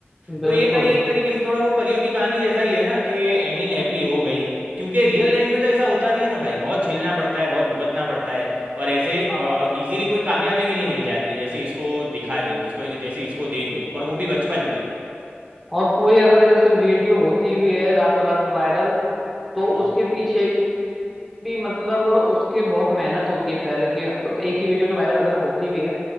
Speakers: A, on the right (about 35°); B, in the centre.
A: तो
B: बिल्कुल
A: ये भाई एक तरीके से थोड़ा वो परियों की कहानी जैसा ही है ना कि एंडिंग हैप्पी हो गई क्योंकि रियल लाइफ में तो ऐसा होता नहीं है ना भाई बहुत झेलना पड़ता है बहुत भुगतना पड़ता है और ऐसे
B: हाँ
A: इजीली कोई कामयाबी भी नहीं मिल जाती है जैसे इसको दिखा दी जिसको जैसे इसको
B: बिल्कुल
A: दे दी और वो भी बचपन में
B: और कोई अगर जैसे वीडियो होती भी है रातों रात वायरल तो
A: हाँ
B: उसके पीछे भी मतलब उसके बहुत मेहनत होती है पहले की एक ही वीडियो जो वायरल अगर होती भी है